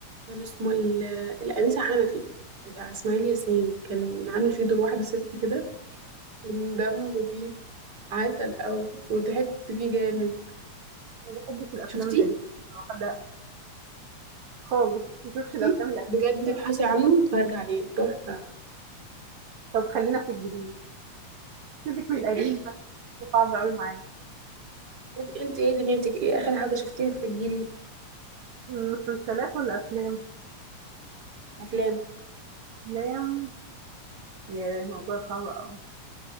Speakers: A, on the right (about 35°); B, on the right (about 70°).
A: كان اسمه ال- الأنسة حنفي بتاع اسماعيل ياسين كان عامل فيه دور واحدة ست كده كان دمه فيه عسل قوي وضحكت فيه جامد
B: أنا ما باحبش الأفلام
A: شفتيه
B: القديمة لأ خالص، ما باشوفش
A: شفتيه
B: الأفلام القديمة
A: بجد
B: بصراحة،
A: ابحثي عنه واتفرجي عليه تحفة
B: طَب خلّينا في الجديد، سيبِك من
A: <laughs>
B: القديم ده، القديم ده صعب أوي معايا.
A: طيب انت ايه دنيتك ايه اخر حاجه شفتيها في الجديد
B: مسلسلات والّا أفلام؟
A: افلام
B: أفلام ياه! الموضوع صعب أوي،